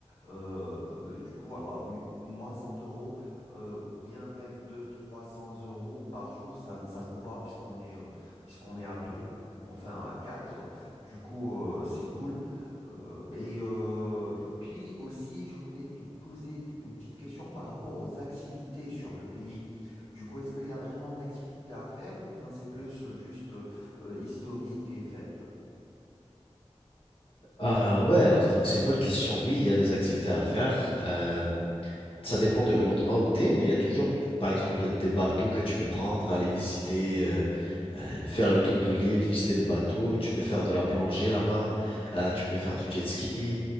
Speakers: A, on the left; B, on the left.
A: Euh, du coup, voilà, m- moi, 100 euros euh, ou bien même deux, trois cents euros par jour, ça, me- ça nous va puisqu'on est, euh, puisqu'on est à deux, enfin à quatre. Du coup, euh, c'est cool. Euh, et, euh, et puis aussi, je voulais te poser des- une petite question par rapport aux activités sur le pays. Du coup, est-ce qu'il y a vraiment d'activités à faire ou bien c'est plus euh, juste euh, euh, historique et fête
B: Ah ouais, alors donc c'est une bonne question. Oui, il y a des activités à faire. Euh, ça dépend de l'endroit où tu es, mais il y a toujours, par exemple, des bateaux que tu peux prendre, aller visiter. euh, euh, Faire le tour de l'île, visiter des bateaux, tu peux faire de la plongée là-bas, euh, tu peux faire du jet ski.